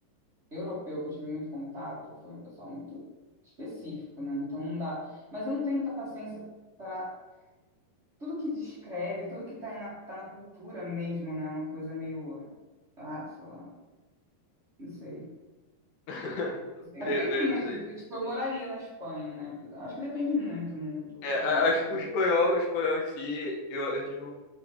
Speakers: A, on the right; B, on the left.
A: europeu que eu tive muito contato foi um pessoal muito específico, né? Então não dá. Mas eu não tenho muita paciência para tudo que descreve, tudo que tá na, tá na cultura mesmo, né? Uma coisa meio. Ah, sei lá, não sei.
B: <laughs> Meio,
A: Depende
B: meio
A: muito.
B: não sei.
A: Tipo, tipo, eu moraria na Espanha, né? Acho que depende muito no- do,
B: É, a-
A: do lugar
B: acho
A: também.
B: que o espanhol, o espanhol em si, eu, eu tive.